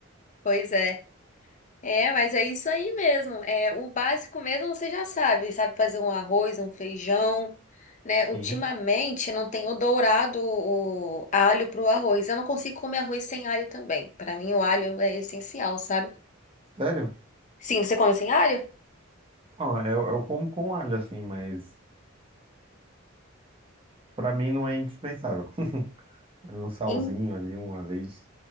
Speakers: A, on the left (about 35°); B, on the right (about 25°).
A: Pois é. É, mas é isso aí mesmo. É, o básico mesmo você já sabe, sabe fazer um arroz, um feijão, né?
B: Sim,
A: Ultimamente não tenho dourado o alho pro arroz. Eu não consigo comer arroz sem alho também. Para mim o alho é essencial, sabe?
B: sério?
A: Sim, você come sem alho?
B: Ó, eu, eu como com alho, assim, mas pra mim não é indispensável. <laughs> Um salzinho
A: En-
B: ali, um azeite,